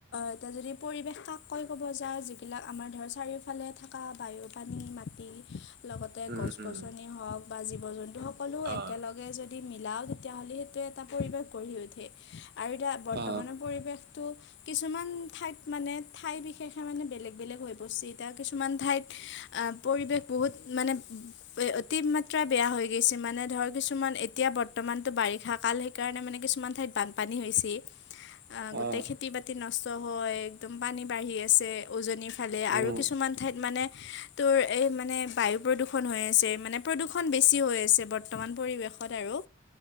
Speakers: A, on the left; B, on the right.
A: এতিয়া যদি পৰিৱেশ কাক কৈ ক'ব যাওঁ জিবিলাক আমাৰ ধৰক চাৰিওফালে থকা বায়ু পানী ম লগতে
B: উম
A: গছ-গছনি
B: উম উম
A: হওক বা জীৱ-জন্তু সকলো
B: অ'।
A: একেলগে যদি মিলাও তেতিয়াহ'লে সেইটোৱে এটা পৰিৱেশ গঢ়ি উঠে আৰু এতিয়া বৰ্তমানৰ
B: অ',
A: পৰিৱেশটো কিছুমান ঠাইত মানে ঠাই বিশেষে মানে বেলেগ বেলেগ হৈ পৰিছে, এতিয়া কিছুমান ঠাইত অহ পৰিৱেশ বহুত মানে অতি মাত্ৰা বেয়া হৈ গৈছে, মানে ধৰ কিছুমান এতিয়া বৰ বৰ্তমানতটো বাৰিষা কাল সেইকাৰণে মানে কিছুমান ঠাইত বানপানী হৈছে। গোটেই
B: অ',
A: খেতি বাতি খতি নষ্ট হয়, একদম পানী বাঢ়ি আছে উজনিৰ ফালে
B: উম।
A: আৰু কিছুমান ঠাইত মানে তোৰ এই মানে বায়ু প্ৰদূষণ হৈ আছে। মানে প্ৰদূষণ বেছি হৈ আছে বৰ্তমান পৰিৱেশ ত আৰু।